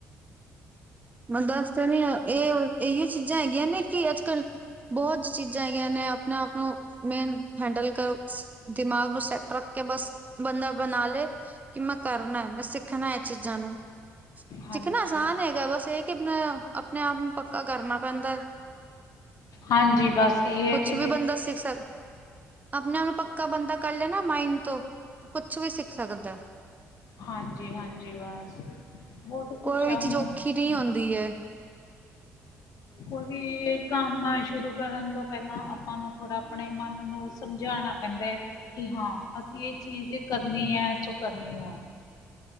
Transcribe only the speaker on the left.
ਹਾਂਜੀ,
ਹਾਂਜੀ ਬਸ ਇਹ
ਹੈ ਕਿ ਇਹਦੇ
ਹਾਂਜੀ, ਹਾਂਜੀ ਬਸ। ਬਹੁਤ ਕੁਛ
ਹੈ
ਹੁਣ।
ਕੋਈ ਵੀ ਕੰਮ ਸ਼ੁਰੂ ਕਰਨ ਤੋਂ ਪਹਿਲਾਂ ਆਪਾਂ ਨੂੰ ਥੋੜ੍ਹਾ ਆਪਣੇ ਮਨ ਨੂੰ ਸਮਝਾਣਾ ਕਹਿੰਦੇ ਹੈ ਕਿ ਹਾਂ ਅਸੀਂ ਇਹ ਚੀਜ਼ ਕਰਨੀ ਹੈ, ਸੋ ਕਰਨੀ ਹੋ ਹੈ।